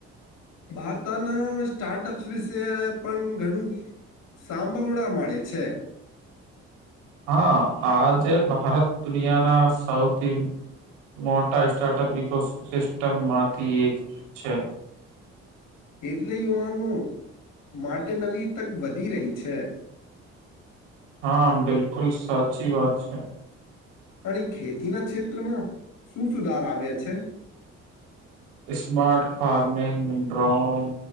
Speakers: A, on the left; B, on the right.
A: વારતાના સ્ટાર્ટઅપ્સ વિશે પણ ઘણું. સાંભરવા મળે છે.
B: હા, આજે ભારત દુનિયાના સૌથી મોટા સ્ટાર્ટઅપ ઇકો સિસ્ટમ માંથી એક છે.
A: એટલે યુવાનો માટે નવી તક વધી રહી છે.
B: હા બિલકુલ સાચી વાત છે.
A: તણી ખેતીના ક્ષેત્રમાં શું સુધાર આવ્યા છે?
B: સ્માાર્ટ ફાર્મિંગ ડ્રોન